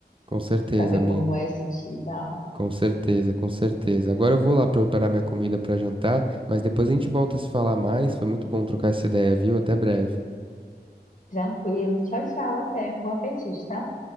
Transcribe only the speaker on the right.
Com certeza,
amiga.
Com certeza, com certeza. Agora eu vou lá preparar minha comida para jantar, mas depois a gente volta a se falar mais. Foi muito bom trocar essa ideia, viu? Até breve.